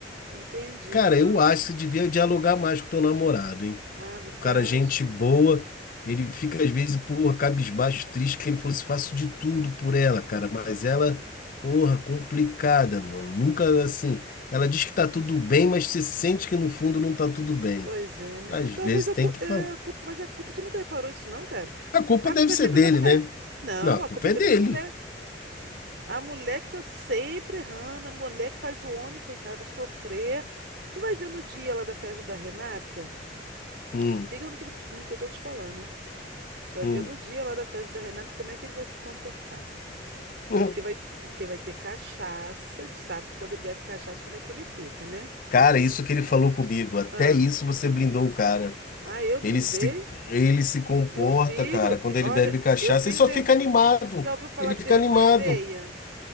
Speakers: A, on the right; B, on the left.
A: entendi.
B: Cara,
A: Então,
B: eu acho que você devia dialogar mais com teu namorado, hein?
A: ah, você
B: O cara,
A: acha?
B: é gente boa, ele fica às vezes, porra, cabisbaixo, triste, que ele falou assim, faço de tudo por ela, cara, mas ela, porra, complicada, mano. Nunca assim, ela diz que tá tudo bem, mas você sente que no fundo não tá tudo bem.
A: Pois é, né?
B: Às
A: Talvez
B: vezes
A: a
B: tem
A: culpa,
B: que falar.
A: é, a culpa, mas a culpa, tu nunca reparou isso não, cara?
B: A culpa
A: A
B: deve
A: culpa
B: ser
A: é sempre
B: dele,
A: da mulher.
B: né?
A: Não,
B: Não, a
A: a
B: culpa
A: culpa é sempre
B: é dele.
A: da mulher. A mulher que tá sempre errando, a mulher que faz o homem, coitado, sofrer. Tu vai ver no dia lá da festa da Renata,
B: Hum,
A: se liga no, tu- no que eu tô te falando, hein? Tu vai
B: hum.
A: ver no dia lá da festa da Renata como é que ele vai se comportar.
B: <laughs>
A: Porque vai, porque vai ter cachaça, e tu sabe, quando ele bebe cachaça, como é que ele fica, né?
B: Cara, isso que ele falou comigo, até
A: Ah,
B: isso você blindou o cara.
A: ah eu blindei.
B: Ele se, ele se comporta,
A: Meu filho,
B: cara, quando
A: e- olha,
B: ele bebe cachaça,
A: eu tenho
B: ele só
A: vergonha.
B: fica animado.
A: Já ouviu falar
B: Ele
A: de
B: fica
A: vergonha
B: animado.
A: alheia?